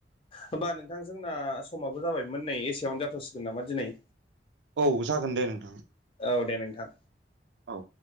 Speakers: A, on the left; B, on the right.
A: होमबा नोंथां जोंना समाबो जाबायमोन नै एसेयावनो जाथसिगोन नामा दिनै।
B: औ जागोन दे नोंथां।
A: औ दे नोंथां।
B: औ।